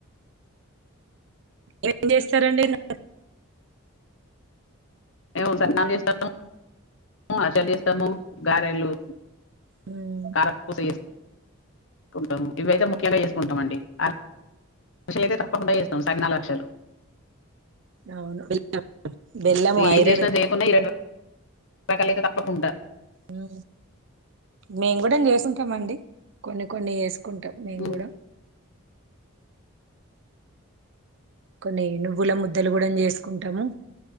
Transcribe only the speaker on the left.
మేము శకినాల్ జేస్తాము అరిసెల్ ఏస్తాము గారెలు
కార ప్పుస ఏస్ కుంటాం ఇవయితే ముఖ్యంగా చేసుకుంటాం అండి అ అరిసెలు అయితే తప్పకుండా చేస్తాం సకినాలు అరిశెలు
ఇ ఏం
చేష్నా చేయకున్నా ఈ రెండ్ రో నకలయితే తప్పకుంటా
ఉమ్,